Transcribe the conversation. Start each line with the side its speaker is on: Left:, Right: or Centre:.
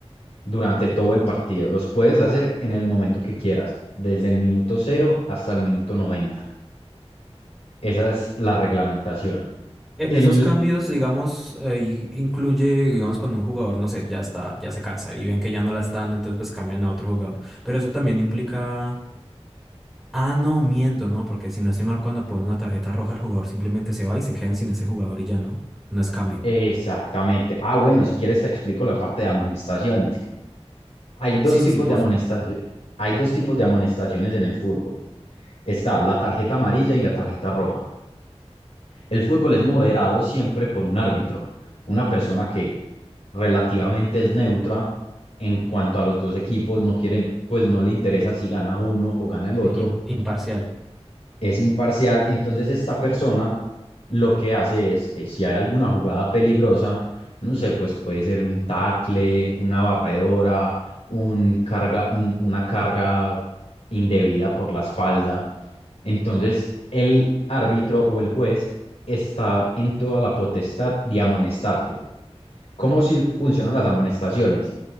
Left: durante todo el partido. Los puedes hacer en el momento que quieras, desde el minuto cero hasta el minuto noventa Esa es la reglamentación.
Centre: En
Left: El...
Centre: esos cambios, digamos, ahí incluye, digamos, cuando un jugador, no sé, ya está, ya se cansa y ven que ya no la está dando, entonces pues cambian a otro jugador. Pero eso también implica Ah, no, miento, no, porque si no estoy mal, cuando ponen una tarjeta roja, el jugador simplemente se va y se quedan sin ese jugador y ya no. No es cambio.
Left: Exactamente. Ah, bueno, si quieres te explico la parte de amonestaciones. Hay dos
Centre: Sí, sí,
Left: tipos
Centre: sí, porfa.
Left: de amonestaciones. Hay dos tipos de amonestaciones en el fútbol. Está la tarjeta amarilla y la tarjeta roja. El fútbol es moderado siempre por un árbitro, una persona que relativamente es neutra en cuanto a los dos equipos, no quieren, pues no le interesa si gana uno o gana el otro,
Centre: Sí, im- imparcial.
Left: es imparcial. Entonces esta persona lo que hace es que si hay alguna jugada peligrosa, no sé, pues puede ser un tackle, una barredora, un carga, un- una carga indebida por la espalda, entonces, el árbitro o el juez está en toda la potestad de amonestarte. ¿Cómo si funcionan las amonestaciones?